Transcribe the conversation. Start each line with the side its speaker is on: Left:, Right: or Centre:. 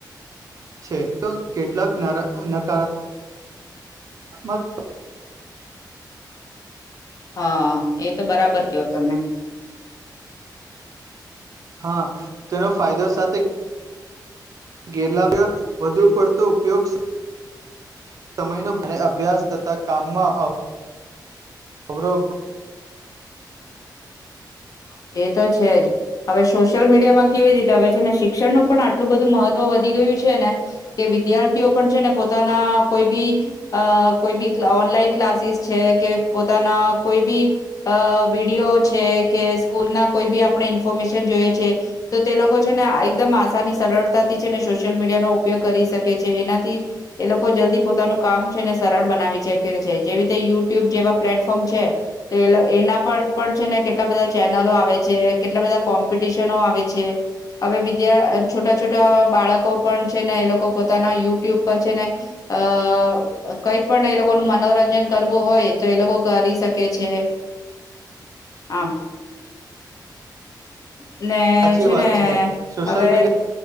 Right: છે તો કેટલાક નકારામ. મત <unintelligible>
Left: હા એ તો બરાબર કયો તને.
Right: હા તેનો ફાયદો. સાથેત. ગેરલાવ્ય વધુ પડતો ઉપયોગ સમયનો ભારે અભ્યાસ તથા કામમાં આવ. ખબરો.
Left: એ તો છે જ હવે સોશિયલ મીડિયામાં કેવી રીતે હવે છે ને શિક્ષણનું પણ આટલું બધું મહત્વ વધી ગયું છે ને કે વિદ્યાર્થીઓ પણ છે ને પોતાના કોઈ બી અ કોઈ બી ઓનલાઈન ક્લાસીસ છે કે પોતાના કોઈ બી વિડીિયો છે કે. સ્કૂલ ના કોઈ બી આપણે ઇન્ફોર્મેશન જોઈએ છે તો તે લોકો છે ને એકદમ આસાની સરળતાથી છે ને સોશિયલ મીડિયાનોો ઉપયોગ કરી શકે છે એનાથી એ લોકો જલ્દી પોતાનું કામ છે ને સરળ બનાવી શકે છે જેવી રીતે યુટ્યુબ જેવા પ્લેટફોર્મ છે તો એ એના પર પણ છે ને કેટલા બધા. ચેનલો આવે છે, કેટલા બધા કોમ્પિટિશનો આવે છે. હવે બીજા છોટા છોટા બાળકો પણ છે ને એ લોકો પોતાના યુટ્યુબ પર છેને અ કઈ પણ એ લોકોનું મનોરંજન કરવું હોય તો એ લોકો કરી શકે છે આમ ને
Right: સાચી
Left: છે ને
Right: વાત સોશિયલ
Left: હવે
Right: મીડિયા